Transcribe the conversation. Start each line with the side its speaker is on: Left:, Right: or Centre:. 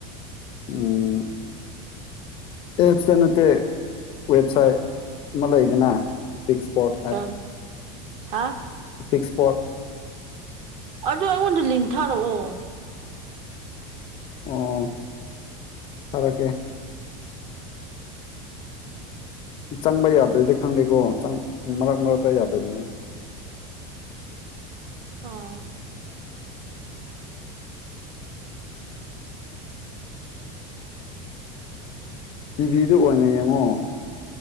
Left: ꯎꯝ ꯑꯦꯞꯁꯇ ꯅꯠꯇꯦ ꯋꯦꯕꯁꯥꯏꯠ ꯑꯃ ꯂꯩꯗꯅ ꯄꯤꯛ ꯁ꯭ꯄꯣꯠ
Right: ꯀꯔꯝ ꯍꯥ
Left: ꯄꯤꯛꯁ ꯁꯏꯄ꯭ꯔꯣꯠ
Right: ꯑꯗꯨ ꯑꯩꯉꯣꯟꯗ ꯂꯤꯡ ꯊꯥꯔꯛꯑꯣ
Left: ꯑꯣ ꯊꯥꯔꯛꯀꯦ ꯆꯪꯕ ꯌꯥꯗ꯭ꯔꯗꯤ ꯈꯪꯗꯦꯀꯣ ꯆꯪ ꯃꯔꯛ ꯃꯔꯛꯇ ꯌꯥꯗꯕꯅꯦꯕ
Right: ꯑꯣ
Left: ꯇꯤꯚꯤꯗ ꯑꯣꯏꯅ ꯌꯦꯡꯉꯣ